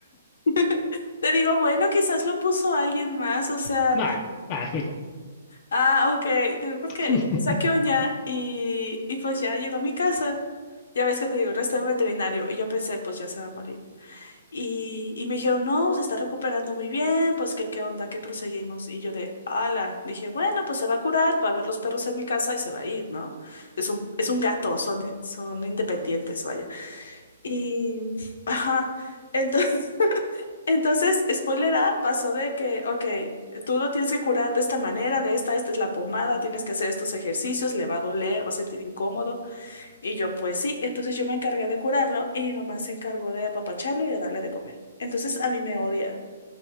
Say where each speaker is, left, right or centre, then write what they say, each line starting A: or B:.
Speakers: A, on the left (about 75°); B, on the left (about 35°).
A: <laughs> Te digo, bueno, quizás lo puso alguien más, o sea,
B: Nah, ah, fue ya.
A: ah, ok, de- porque
B: <laughs>
A: yo pasé a oña y, y pues ya llegó a mi casa. Ya ves que te digo, no está en veterinario y yo pensé, pues ya se va a morir. Y, y me dijeron, no, se está recuperando muy bien, pues que qué onda, que proseguimos. Y yo de, ala, dije, bueno, pues se va a curar, va a ver los perros en mi casa y se va a ir, ¿no? Es un, es un gato, son, son independientes, vaya. Y, ajá, entonces, <laughs> entonces, spoiler A, pasó de que, ok, tú lo tienes que curar de esta manera, de esta, esta es la pomada, tienes que hacer estos ejercicios, le va a doler, va a sentir incómodo. Y yo, pues sí, entonces yo me encargué de curarlo y mi mamá se encargó de apapacharlo y de darle de comer. Entonces a mí me odia.